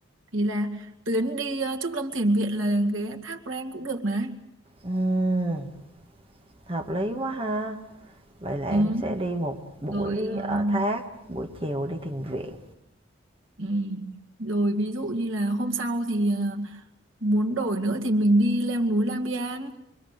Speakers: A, on the right (about 80°); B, on the right (about 25°).
A: Thì là tuyến đi ờ, Trúc Lâm Thiền Viện là ghé Thác Pren cũng được nè.
B: Ừm, hợp lý quá ha. Vậy là em
A: Ừ.
B: sẽ đi một buổi
A: Rồi ờ,
B: ở Thác, buổi chiều đi thiền viện.
A: ừ. Rồi ví dụ như là hôm sau thì ờ, muốn đổi nữa thì mình đi leo núi Lang Biang,